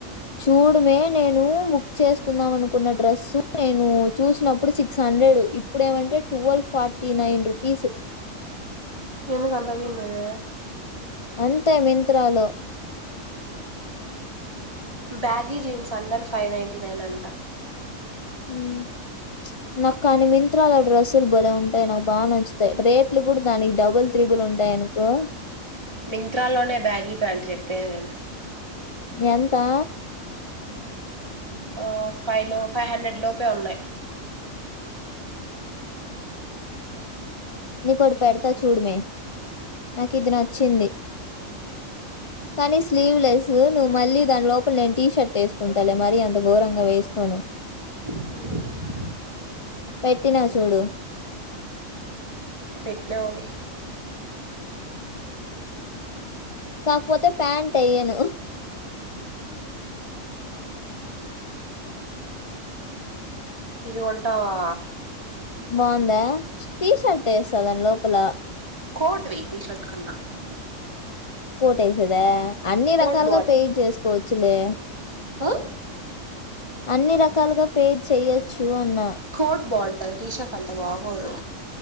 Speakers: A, on the left; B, on the right.
A: చూడుమే నేను బుక్ చేసుకుందాం అనుకున్న డ్రస్సు నేను చూసినప్పుడు సిక్స్ హండ్రెడ్ ఇప్పుడేమంటే ట్వల్వ్ ఫార్టీ నైన్ రూపీస్
B: ఎందుకంతఅవ్విన్దది
A: అంతే మింత్రా లో
B: baggy jeans under five ninety nine అంట
A: హ్మ్ నాక్ కానీ మింత్రాలో డ్రెస్సులు బలే ఉంటాయ్ నాకు బాగా నచ్చుతాయ్ రేట్లు కూడా దానికి డబుల్ త్రీ బులు ఉంటాయనుకో
B: మింత్రాలోనే బ్యాగీ ప్యాంట్ చెప్పేది నేను
A: ఎంతా
B: ఆ ఫైవ్ లో ఫైవ్ హండ్రెడ్ లోపే ఉన్నాయ్
A: నీకోటి పెడతా చూడమే నాకు ఇది నచ్చింది కానీ స్లీవ్ లెస్సు నువ్వు మళ్ళీ దానిలో ఫులెన్ టీ షర్ట్ ఎస్కుంటాలే మరీ అంత ఘోరంగా వేసుకోను
B: హ్మ్
A: పెట్టినా చూడు
B: పెట్ట్నావులే
A: కాకపోతే ప్యాంట్ ఎయ్యను
B: ఇది కొంటావా
A: బావుందా టీషర్ట్ ఎసా దాని లోపల
B: కోర్ట్ వేయ్ టీషర్ట్ కన్నా
A: కోటుఎసేదా అన్ని
B: కోట్
A: రకాలుగా పేర్ జేస్కోవచ్చులే
B: ఆహ్!
A: అన్ని రకాలుగా పేర్ చెయ్యచ్చు అన్నా
B: క్కోట్ బావుంటది టీషర్ట్ అంతా బాగోదు